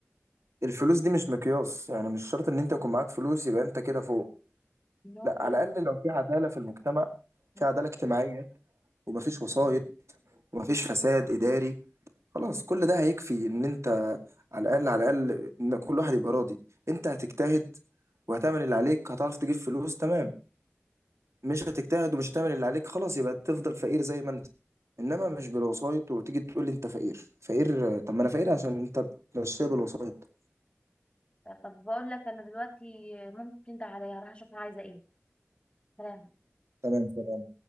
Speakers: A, on the right (about 80°); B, on the left (about 25°).
A: الفلوس دي مش مقياس يعني مش شرط ان انت يكون معاك فلوس يبقى انت كده فوق
B: امال
A: لا على
B: ايه
A: الاقل لو في عدالة في المجتمع
B: مم.
A: في عدالة اجتماعية ومفيش وسايط ومفيش فساد إداري خلاص كل ده هيكفي إن أنت على الأقل على الأقل إن كل واحد يبقى راضي أنت هتجتهد وهتعمل اللي عليك هتعرف تجيب فلوس تمام مش هتجتهد ومش هتعمل اللي عليك خلاص يبقى تفضل فقير زي ما أنت إنما مش بالوسايط وتيجي تقول لي أنت فقير فقير طب ما أنا فقير عشان أنت بتمشيها بالوسايط
B: طب بقول لك انا دلوقتي مامتي بتنده عليا هروح اشوفها عايزة ايه سلام
A: تمام